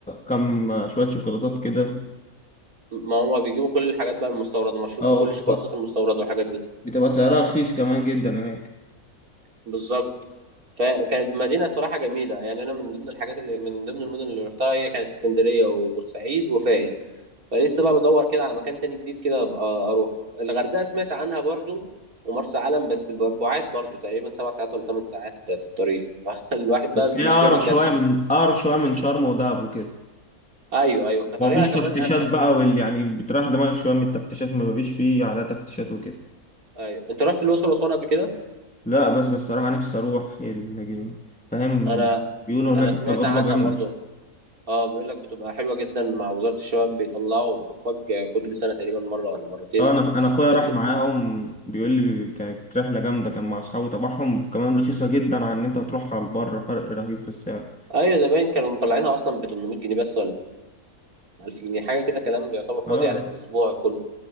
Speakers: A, in the centre; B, on the right.
A: كام شويه شوكولاتات كده
B: ما هما بيجيبوا كل الحاجات بقى المستورده مشهور
A: اه
B: بكل الشوكولاتات المستورده والحاجات دي
A: بتبقى سعرها رخيص كمان جدا هناك
B: بالظبط فكانت مدينه الصراحه جميله يعني انا من ضمن الحاجات اللي من ضمن المدن اللي رحتها هي كانت اسكندريه وبورسعيد وفايد فلسه بقى بدور كده على مكان تاني جديد كده ابقى اروح الغردقه سمعت عنها برضو ومرسى علم بس ب- بعاد برضو تقريبا سبع ساعات ولا ثمان ساعات في الطريق <laughs> الواحد بقى
A: بس
B: المشكله
A: هي اقرب
B: بيكسل
A: شويه من اقرب شويه من شرم ودهب وكده
B: ايوه ايوه كطريقه
A: ما فيش
B: كمان
A: تفتيشات
B: اسهل
A: بقى وال يعني بتريح دماغك شويه من التفتيشات ما فيش فيه على تفتيشات وكده
B: ايوه انت رحت الاقصر واسوان قبل كده
A: لا بس الصراحه نفسي اروح ال- فاهم
B: انا
A: بيقولوا هناك
B: انا
A: تجربه
B: سمعت عنها
A: جامده
B: برضو اه بيقول لك بتبقى حلوة جدا مع وزارة الشباب بيطلعوا فج كل سنة تقريبا مرة ولا مرتين
A: اه انا انا اخويا
B: بت...
A: راح معاهم بيقول لي بي- كانت رحله جامده كان مع اصحابه تبعهم كمان رخيصه جدا عن ان انت تروح على البر فرق رهيب في السعر
B: ايوه زمان كانوا مطلعينها اصلا ب 800 جنيه بس ولا 1000 جنيه حاجة كده كلام يعتبر فاضي
A: اه
B: على الاسبوع كله